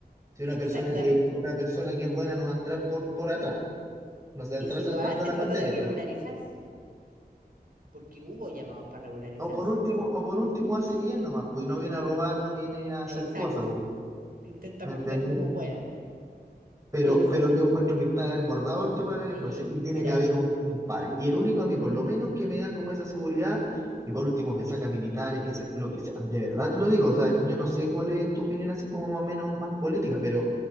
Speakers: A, on the right; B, on the right.
A: Si una
B: exactamente,
A: persona que, una persona que es buena no va a entrar por, por atrás, no se va a
B: y
A: entrar
B: si
A: saltando
B: lo hace,
A: la
B: trata
A: pandereta.
B: de regularizarse, porque hubo llamados para regularizarse,
A: O por último, o por último hace bien nomás, pues y no viene a robar, no viene a hacer
B: exacto,
A: cosas, po.
B: intenta
A: ¿Me
B: aportar
A: entendí?
B: como pueda.
A: Pero,
B: Pero
A: pero yo encuentro que está desbordado el tema de la delincuencia
B: sí,
A: y tiene
B: mira,
A: que haber
B: y-
A: un, un par. Y el único a mí, por lo menos, que me da como esa seguridad, y por último, que saca militares, que sa- lo que sea, de verdad te lo digo, o sea, yo no sé cuál es tu opinión así como más o menos más política, pero